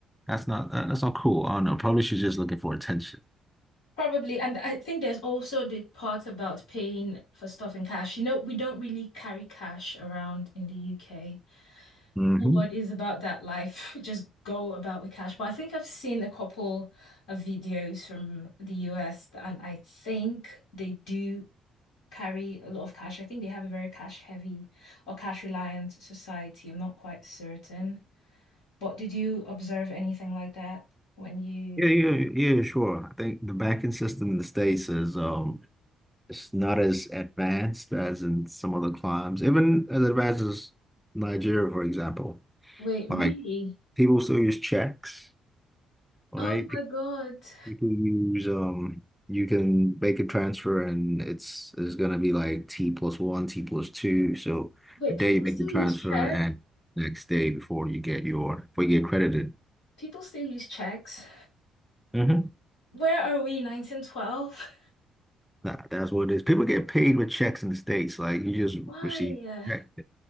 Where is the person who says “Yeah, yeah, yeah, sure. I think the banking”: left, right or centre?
Centre